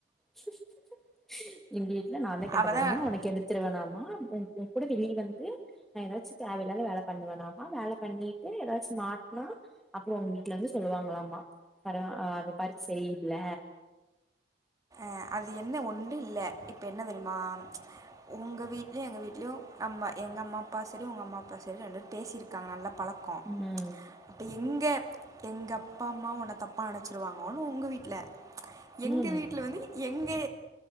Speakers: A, in the centre; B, on the right.
A: <unintelligible> <unintelligible> இல்ல நா தா கெட்ட
B: அவள்
A: புள்ளயாமா
B: தான்
A: உன்ன கெடுத்துருவேனாமா ஆம் <unintelligible> கூட வெளியில வந்து நா ஏதாச்சு தேவையில்லாமா வேல பண்ணுவேண்ணாமா வேல பண்ணிட்டு ஏதாச்சு மாட்னா அப்புறோ உங்க வீட்டுல வந்து சொல்லுவாங்களாம்மா பர அ அது பருப்பு சரியில்ல
B: அ அது என்ன ஒன்டு இல்ல இப்ப என்ன தெரியுமா உங்க வீட்லயு எங்க வீட்லயு அம்மா எங்க அம்மா அப்பா சரி உங்க அம்மா அப்பா சரி ரெண்டு பேசியிருக்காங்கல்ல பழக்கோ
A: ம்
B: அப்ப எங்க எங்க அப்பா அம்மா உன்ன தப்பா நனச்சுருவாங்களோனு உங்க வீட்டுல எங்க
A: ம்
B: வீட்டுல வந்து எங்கே